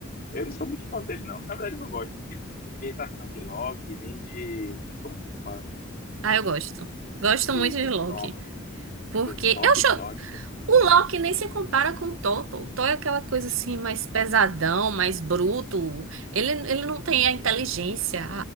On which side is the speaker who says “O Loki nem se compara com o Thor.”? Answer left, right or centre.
Right